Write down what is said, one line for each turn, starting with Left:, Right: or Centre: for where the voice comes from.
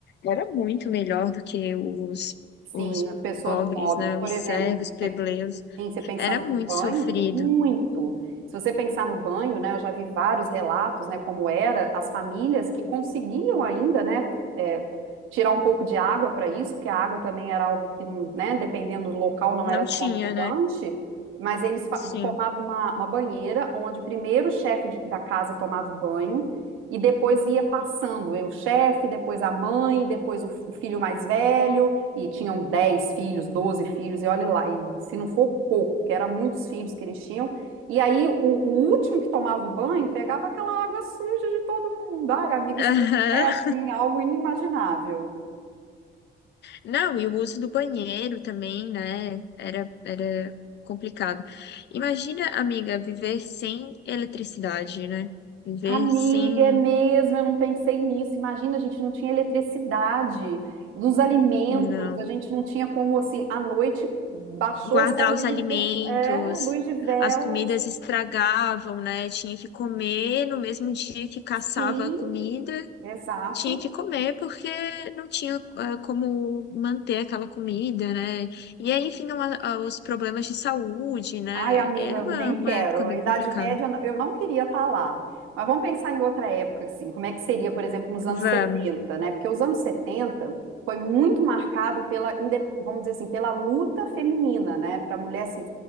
Left: era muito melhor do que os,
Right: Sim,
Left: os
Right: as pessoas
Left: pobres,
Right: pobres,
Left: né?
Right: por
Left: Os
Right: exemplo,
Left: servos, plebeus.
Right: você Sim, você pensando
Left: Era muito
Right: no banho,
Left: sofrido.
Right: muito. Se você pensar no banho, né, eu já vi vários relatos, né, como era as famílias que conseguiam ainda, né, é, tirar um pouco de água para isso, porque a água também era algo que não, né, dependendo do local não
Left: Não
Right: era
Left: tinha,
Right: tão abundante,
Left: né?
Right: mas eles fa-
Left: Sim.
Right: formavam uma, uma banheira onde primeiro o chefe de- da casa tomava o banho e depois ia passando, eu, o chefe, depois a mãe, depois o f- o filho mais velho e tinham 10 filhos, 12 filhos, e olha lá, e se não for pouco, porque eram muitos filhos que eles tinham, e aí o, o último que tomava o banho pegava aquela água suja de todo mundo. Ai, amiga,
Left: Aham.
Right: isso é assim, algo inimaginável.
Left: Não, e o uso do banheiro também, né? Era, era complicado. Imagina, amiga, viver sem eletricidade, né? Viver
Right: Amiga,
Left: sem.
Right: é mesmo, eu não pensei nisso. Imagina, a gente não tinha eletricidade dos alimentos,
Left: Não.
Right: a gente não tinha como, assim, à noite baixou
Left: Guardar
Right: essa luz
Left: os
Right: de
Left: alimentos,
Right: velas. É, luz de velas.
Left: as comidas estragavam, né? Tinha que comer no mesmo dia que caçava
Right: Sim,
Left: a comida
Right: exato.
Left: tinha que comer porque não tinha ah, como manter aquela comida, né? E aí vinham a- a- os problemas de saúde, né?
Right: Ai, amiga,
Left: Era uma,
Right: nem
Left: uma
Right: quero.
Left: época bem
Right: A Idade
Left: complicada.
Right: Média, eu não queria estar lá. Mas vamos pensar em outra época, assim, como é que seria, por exemplo, nos anos
Left: Vamos.
Right: 70, né? Porque os anos 70 foi muito marcado pela, inde- vamos dizer assim, pela luta feminina, né? Para a mulher se,